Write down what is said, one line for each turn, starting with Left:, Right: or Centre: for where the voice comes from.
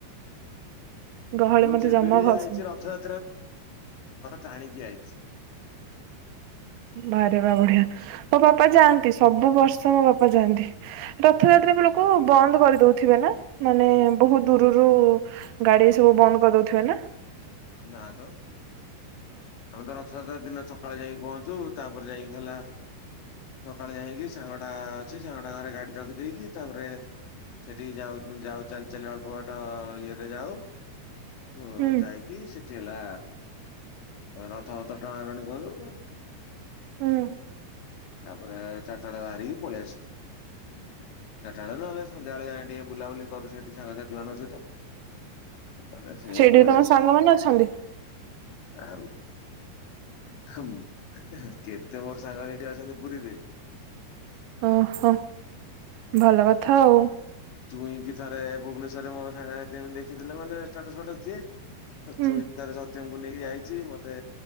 Right: ଗହଳି
Left: ମୁଁ
Right: ମତେ
Left: ଯେବେବି
Right: ଜମା
Left: ଯାଇଚି
Right: ଭସେନି।
Left: ରଥ ଟାଣିକି ଆଇଚି
Right: ବାରେବା ବଢିଆ ମୋ ବାପା ଯାଆନ୍ତି ସବୁ ବର୍ଷ ମୋ ବାପା ଯାଆନ୍ତି ରଥଯାତ୍ ଲୋକ ବନ୍ଦ କରିଦଉଥିବେ ନା ମାନେ ବହୁତ ଦୂରରୁୁ ଗାଡି ସବୁ ବନ୍ଦ କରିଦଉ ଥିଵେନା
Left: ନା ତ ଆମେ ତ ରଥ ଦିନ ସକାଳେ ଯାଇକି ପହଞ୍ଚୁ ତାପରେ ଯାଇକି ହେଲା ସକାଳେ ଯାଇକି ସାଙ୍ଗଟା ଅଛି ସାଙ୍ଗଟା ଘରେ ଗାଡି ରଖିଦେଇକି ତାପରେ ସେଠିକି ଯାଉ ଯାଉ ଚାଲି ଚାଲି ଅଳ୍ପ ବାଟ ଇଏରେ ଯାଉ ହଁ
Right: ହୁଁ
Left: ଯାଇକି ସେଠି ହେଲା ରଥ ଫଥ ଟଣା ଟଣି କରୁ
Right: ହୁଁ
Left: ତାପରେ ଚାଟାଳେ ଭାରିକି ପଳାସୁ ସେତେବେଳେ ନହେଲେ ସନ୍ଧ୍ୟାବେଳେ ଯାଏ ଟିକେ ବୁଲାବୁଲି କରୁଚି ସେଇଠି ସାଙ୍ଗସାଥି ମାନଙ୍କ ସହିତ ଆରେ ସେଇ
Right: ସେଇଠି
Left: ପଳେଆସ୍ଲୁ
Right: ତମ ସାଙ୍ଗମାନେ ଅଛନ୍ତି
Left: ଆଉ ଆଉ ହୁଁ କେତେ ମୋର ସାଙ୍ଗ ହେ କିଏ ଛନ୍ତି ପୁରୀରେ
Right: ଓହୋ ଭଲ କଥାଉ
Left: ଚୁଇଁକି ଥରେ ଭୁବନେଶ୍ୱରରେ ମୋ ସାଙ୍ଗସାଥିନେ ଦେଖିଥିଲେ ମାନେ ଷ୍ଟାଟସ୍ ଫାଟସ୍ ଦିଏ। ତ
Right: ହୁଁ
Left: ଚୁଇଁ ତାର ଜ ତକୁ ନେଇକି ଯାଇଚି ମତେ